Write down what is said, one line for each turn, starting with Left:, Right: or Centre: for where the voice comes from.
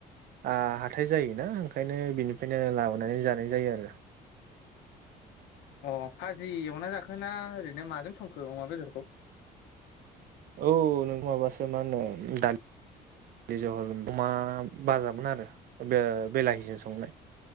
Right: आ‌ हाथाय जायो ना ओंखायनो बिनि फायनो लाबोनानै जानाय जायो आरो
Left: अ भाजि एवना जाखो ना ओरैनो माजों संखो अमा बेदरखौ?
Right: औ नोंगौ माबासो मा होनो दा लि जहल अमा बाजामोन आरो बे बेलाहिजों संनाय।